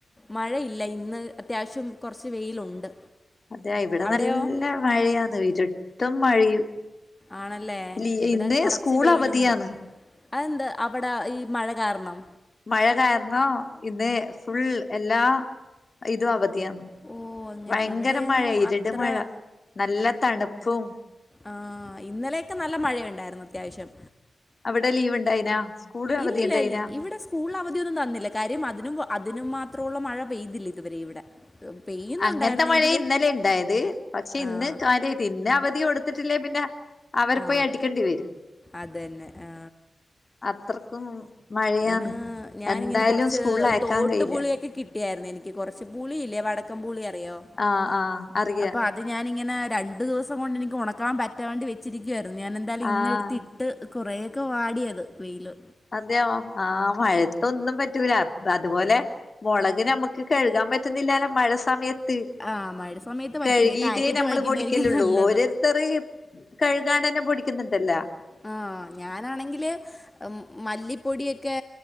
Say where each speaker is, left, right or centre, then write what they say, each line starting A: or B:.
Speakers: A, on the left; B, on the left.
A: മഴയില്ല ഇന്ന് അത്യാവശ്യം കുറച്ച് വെയിലുണ്ട്
B: അതെയ ഇവിടെ
A: അവിടെയോ
B: നല്ല മഴയാന്ന് ഇരുട്ടും മഴയും
A: ആണല്ലേ
B: ലീ
A: ഇവിടെ
B: ഇന്ന്
A: കൊറച്ച്
B: സ്കൂൾ
A: വെയിലുണ്ട്
B: അവധിയാന്ന്
A: അതെന്താ അവിടെ ഈ മഴ കാരണം
B: മഴ കാരണം ഇന്ന് ഫുൾ എല്ലാ ഇതും അവധിയാണ്.
A: ഓ അങ്ങനെ
B: വയങ്കര
A: ഇവിടെ എങ്ങും
B: മഴ ഇരുട്
A: അത്ര
B: മഴ നല്ല തണുപ്പും
A: ആഹ് ഇന്നലെയക്കെ നല്ല മഴയുണ്ടായിരുന്നു അത്യാവശ്യം
B: അവിടെ ലീവ് ഉണ്ടായിനാ സ്കൂള് അവധി
A: ഇല്ലില്ല
B: ഉണ്ടായിനാ
A: ഇല്ല ഇവിടെ സ്- കൂൾ അവധിയൊന്നും തന്നില്ല കാര്യം അതിനും അതിനും മാത്രമുള്ള മഴ പെയ്തില്ല ഇതുവരെ ഇവിടെ പെയ്യുന്നുണ്ടായിരുന്നെങ്കിലും
B: അങ്ങനത്തെ മഴ ഇന്നലെ ഉണ്ടായത് പക്ഷെ
A: ആ
B: ഇന്ന് കാര്യമായിട്ട ഇന്ന് അവധി കൊടുത്തിട്ടില്ലേ പിന്നെ അവരെ
A: ആ
B: പോയി അടിക്കേണ്ടി വരും
A: അതന്നെ ആ
B: അത്രക്കും മഴയാന്ന്
A: ഇന്ന് ഞാനിങ്ങനെ
B: എന്തായാലും
A: കൊറച്ച്
B: സ്കൂളിൽ അയക്കാൻ
A: തോട്ടുപുളിയൊക്കെ
B: കഴിയില്ല
A: കിട്ടി കിട്ടിയായിരുന്നു എനിക്ക് കുറച്ച് പുളിയില്ലേ വടക്കം പുളി അറിയോ
B: ആഹ് ആഹ് അറിയ
A: അപ്പൊ അത് ഞാനിങ്ങനെ രണ്ട ദിവസം കൊണ്ട് എനിക്ക് ഉണക്കാൻ പറ്റാണ്ടി വെച്ചിരിക്കുവായിരുന്നു ഞാൻ എ ന്താലും
B: ആഹ്
A: ഇന്ന എടുത്തി ഇട്ട് കൊറെയൊക്കെ വാടിയത് വെയിയില്
B: അതെയോ ആ മഴത്തൊന്നും പറ്റൂല അതുപോലെ മുളക് നമുക്ക് കഴുകാൻ പറ്റുന്നില്ല മഴ സമയത്ത്
A: ആ മഴ സമയത്ത് പറ്റില്ല
B: കഴുകീട്ടേ
A: ഈ പാക്കറ്റ്
B: നമ്മള്
A: വാങ്ങിക്കുന്നതായിരിക്കും
B: പൊടിക്കലുള്ളൂ
A: നല്ലത്
B: ഓര് ഇത്രയും കഴുകാ തന്നെ പൊടിക്കുന്നുണ്ടല്ലോ
A: ആ ഞാനാണെങ്കില് മല്ലിപ്പൊടിയൊക്കെ